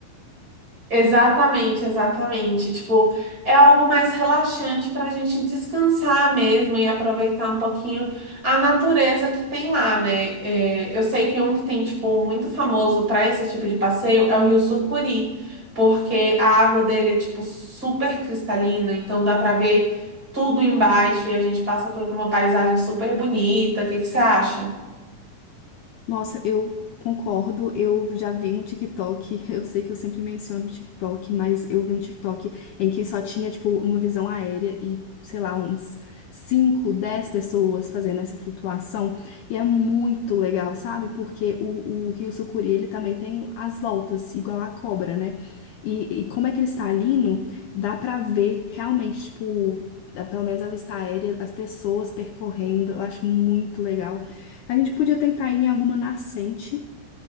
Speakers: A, on the right (about 25°); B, on the left (about 70°).
A: Exatamente, exatamente. Tipo, é algo mais relaxante para a gente descansar mesmo e aproveitar um pouquinho a natureza que tem lá, né? É, eu sei que um que tem, tipo, muito famoso para esse tipo de passeio é o Rio Sucuri, porque a água dele é, tipo, super cristalina, então dá para ver tudo embaixo e a gente passa por uma paisagem super bonita. O que que você acha?
B: Nossa, eu concordo. Eu já vi um TikTok. <laughs> Eu sei que eu sempre menciono o TikTok, mas eu vi um TikTok em que só tinha, tipo, uma visão aérea e, sei lá, uns 5, 10 pessoas fazendo essa flutuação. E é muito legal, sabe? Porque o, o Rio Sucuri, ele também tem as voltas, igual a cobra, né? E, e como é cristalino, dá pra ver realmente, tipo. Pelo menos a vista aérea, as pessoas percorrendo, eu acho muito legal. A gente podia tentar ir em alguma nascente,